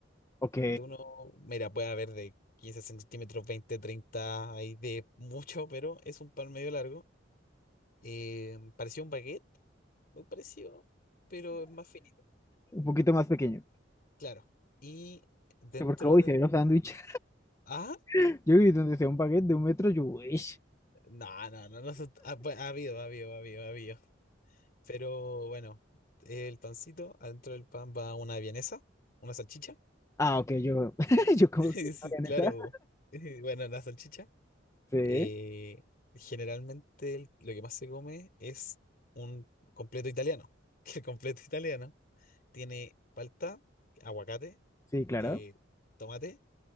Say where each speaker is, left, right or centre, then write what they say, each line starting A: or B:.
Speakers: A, on the left; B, on the left.
A: Ok,
B: de uno, mira, puede haber de 15 centímetros, 20 30 hay de mucho, pero es un pan medio largo. Eh, pareció un baguette, muy parecido, pero es más finito,
A: un poquito más pequeño.
B: claro. Y dentro
A: Yo porque hoy
B: del...
A: se ve los sándwiches.
B: Ah,
A: <laughs> Yo vi donde sea un baguette de un metro, yo, uy.
B: no, no, no, no, se- ah, bueno, ha, habido, ha habido, ha habido, ha habido. Pero bueno, el pancito, adentro del pan va una vienesa, una salchicha
A: Ah, ok, yo, <laughs> yo como
B: <laughs>
A: que no
B: Sí,
A: harían
B: claro.
A: esa.
B: <laughs> Bueno, la salchicha.
A: Sí,
B: eh, generalmente el- lo que más se come es un completo italiano. <laughs> Que el completo italiano tiene palta, aguacate,
A: sí, claro.
B: eh, tomate